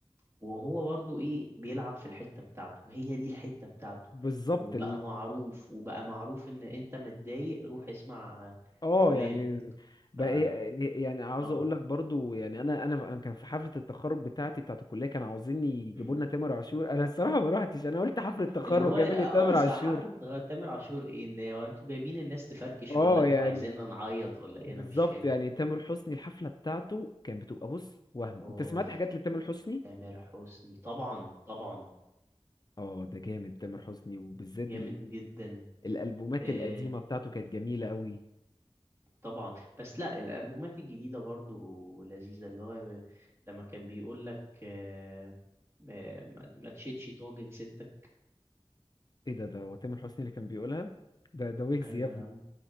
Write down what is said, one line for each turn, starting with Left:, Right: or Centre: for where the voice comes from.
Right: وهو برضو ايه بيلعب في الحتة بتاعته هي دي الحتة بتاعته
Left: بالظبط
Right: وبقى معروف وبقى معروف ان انت متضايق روح اسمع
Left: اه
Right: فلان
Left: يعني
Right: ف
Left: بقى ايه إيه- إيه، يعني عاوز
Right: اه
Left: اقول لك برضو يعني انا انا انا كان في حفله التخرج بتاعتي بتاعت الكليه كانوا عاوزين يجيبوا
Right: م؟
Left: لنا تامر عاشور انا الصراحه ما روحتش انا قلت حفله تخرج
Right: اللي هو
Left: جميل
Right: اه
Left: لي تامر
Right: صح
Left: عاشور
Right: حفلة تامر عاشور ايه ان هو انتوا جايبين الناس تفركش
Left: اه
Right: ولا انتوا
Left: يعني
Right: عايزيننا نعيط ولا ايه
Left: بالظبط
Right: انا مش فاهم
Left: يعني تامر حسني الحفله بتاعته كانت بتبقى بص وهم
Right: اوف
Left: انت سمعت حاجات لتامر حسني
Right: تامر حسني طبعا طبعا
Left: اه ده جامد تامر حسني وبالذات
Right: جامد
Left: ال...
Right: جدا
Left: الالبومات
Right: إيه
Left: القديمه بتاعته كانت جميله قوي
Right: طبعا بس لا الالبومات الجديده برضو لذيذه اللي هو ب- لما كان بيقول لك آه، ما, ما ما تشيلش طاجن ستك
Left: ايه ده ده هو تامر حسني اللي كان بيقولها ده ده ويجز
Right: ايوه
Left: يا ابني
Right: يا عم